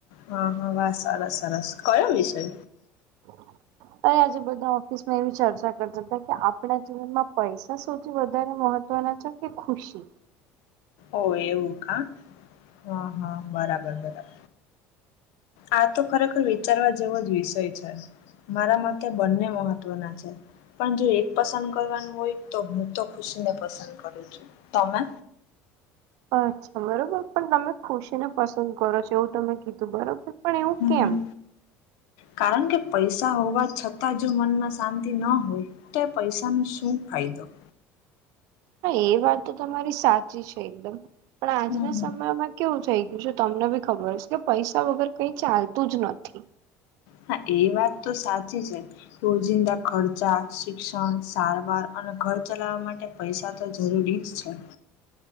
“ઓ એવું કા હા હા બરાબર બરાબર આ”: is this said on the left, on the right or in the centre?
Left